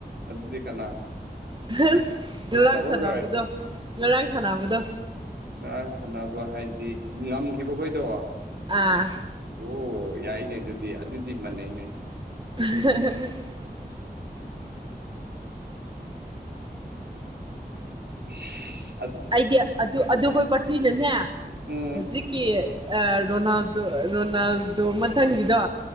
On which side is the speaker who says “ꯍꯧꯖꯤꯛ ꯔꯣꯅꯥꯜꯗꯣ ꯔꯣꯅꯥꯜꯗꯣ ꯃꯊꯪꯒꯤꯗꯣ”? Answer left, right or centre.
Right